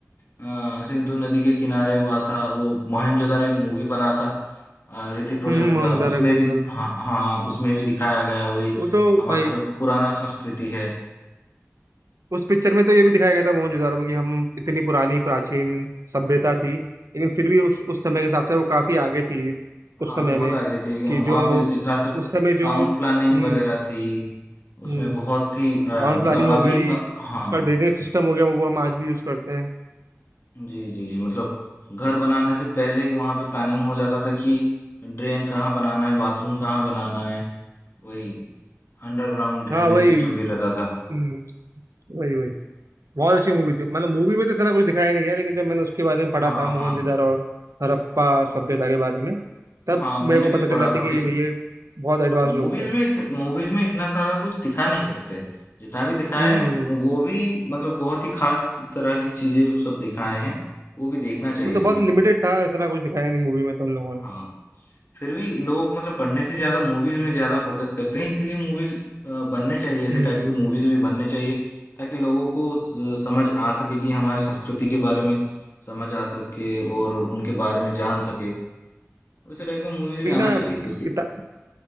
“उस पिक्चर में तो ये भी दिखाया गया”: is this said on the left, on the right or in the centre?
Right